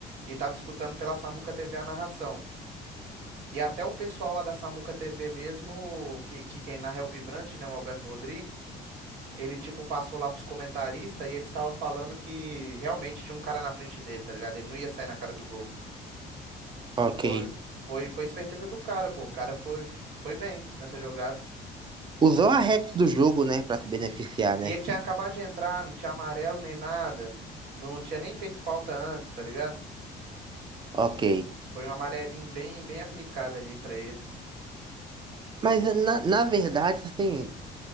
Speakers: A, on the right; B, on the right.
A: e tava escutando pela Samuca TV a narração. E até o pessoal lá da Samuca TV mesmo, que, que quem narra é o Vibrante, né, o Alberto Rodrigues, ele, tipo, passou lá pros comentaristas e eles estavam falando que realmente tinha um cara na frente dele, tá ligado? Ele não ia sair na cara do gol.
B: ok.
A: Foi, foi, foi esperteza do cara, pô. O cara foi, foi bem nessa jogada.
B: Usou a regra do jogo, né, Pra se beneficiar, né?
A: E ele tinha acabado de entrar, não tinha amarelo nem nada. Não tinha nem feito falta antes, tá ligado?
B: Ok.
A: Foi um amarelinho bem, bem aplicado ali pra ele.
B: Mas na, na verdade, assim,